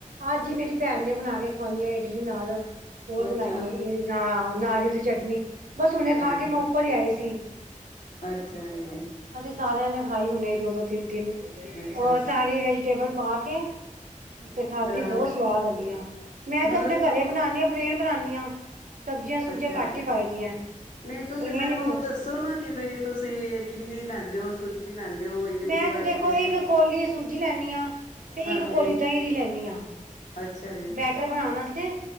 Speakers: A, on the right; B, on the left.
A: ਅੱਜ ਜੀ ਮੇਰੀ ਭੈਣ ਨੇ ਬਣਾ ਕੇ ਖਵਾਈਯਾ ਇਡਲੀ ਨਾਲ ਹੋਰ
B: ਅੱਛਾ,
A: ਬਣਾਈਏ ਇਹ ਨਾ ਨਾਰੀਅਲ ਦੀ ਚੱਟ ਨੀ। ਬਸ ਹੁਣੇ ਖਾ
B: ਅੱਛਾ,
A: ਕੇ ਮੈਂ ਉੱਪਰ ਹੀ ਆਈ ਸੀ।
B: ਅੱਛਾ ਜੀ,
A: ਅਸੀਂ ਸਾਰਿਆਂ ਨੇ ਹਾਈ ਹੁਣੇ ਦੋ-ਦੋ ਤਿੰਨ-ਤਿੰਨ।
B: ਅੱਛਾ
A: ਉਹ ਸਾਰੀ ਟੇਬਲ ਪਾ ਕੇ, ਤੇ ਖਾਧੀ
B: ਅ
A: ਬਹੁਤ ਸਵਾਦ ਲੱਗੀਆ। ਮੈਂ ਜੇ
B: ਮਤਲਬ
A: ਆਪਣੇ ਘਰੇ ਬਣਾਨੀ ਪਲੇਨ ਬਣਾਨੀ ਆ ਸਬਜ਼ੀਆਂ ਸੁਬਜ਼ੀਆਂ
B: ਅੱਛਾ ਜੀ।
A: ਘੱਟ ਹੀ ਪਾਈ ਦੀਆਂ
B: ਨਹੀਂ, ਤੁਸੀਂ
A: ਪਲੇਨ
B: ਮੈਨੂੰ
A: ਹੀ
B: ਉਹ ਦੱਸੋ ਨਾ ਕਿ ਬਈ ਤੁਸੀਂ ਕਿੰਨੀ ਲੈਂ ਤੇ ਉਹ ਸੂਜੀ ਲੈਂਦੇ ਹੋ ਇਡਲੀ
A: ਮੈਂ ਤੇ
B: ਵਾਸਤੇ
A: ਦੇਖੋ, ਇੱਕ ਕੋਲੀ ਸੂਜੀ ਲੈਨੀ ਹਾਂ ਤੇ
B: ਹਾਂਜੀ,
A: ਇੱਕ ਕੋਲੀ ਦਹੀਂ ਦੀ ਲੈਨੀ ਹਾਂ,
B: ਅੱਛਾ ਜੀ,
A: ਬੈਟਰ ਬਣਾਣ ਵਾਸਤੇ।